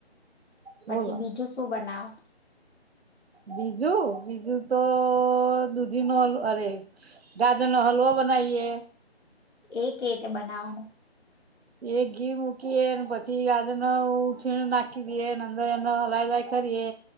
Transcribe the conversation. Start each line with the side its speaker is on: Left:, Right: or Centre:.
Left: પછી
Right: બોલો
Left: બીજું શું બનાવ
Right: બીજું બીજું તો દૂધી નો અરે ગાજર નો હલવો બનાવીએ.
Left: એ કે રીતે બનાવાનું
Right: એક ઘી મૂકીએ પછી ગાજર ન ઉછીણ નાખી દેએ અંદર એનો હલાઈ હલાઈ કરીએ